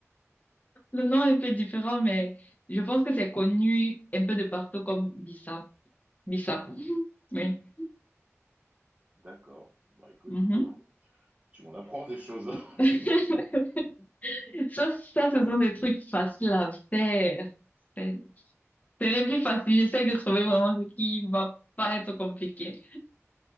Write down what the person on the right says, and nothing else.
D'accord. Bah, écoute,
euh, tu m'en apprends des choses.
<laughs>